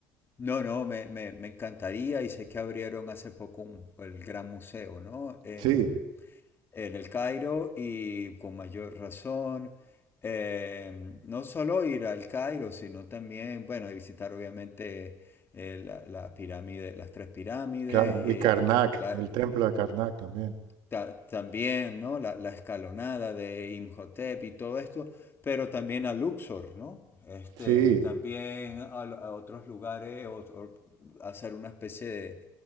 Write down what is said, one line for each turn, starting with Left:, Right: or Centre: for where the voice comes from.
Left: No, no, me, me, me encantaría y sé que abrieron hace poco un- el gran museo, ¿no? En,
Right: Sí,
Left: en el Cairo y con mayor razón. eh, no solo ir al Cairo, sino también, bueno, y visitar obviamente eh, la, la pirámide, las tres pirámides
Right: claro.
Left: y
Right: Y Karnak,
Left: la,
Right: el templo de Karnak también.
Left: ta- también, ¿no? La, la escalonada de Imhotep y todo esto, pero también a Luxor, ¿no? Este,
Right: Sí,
Left: también a, a otros lugares, o- o hacer una especie de,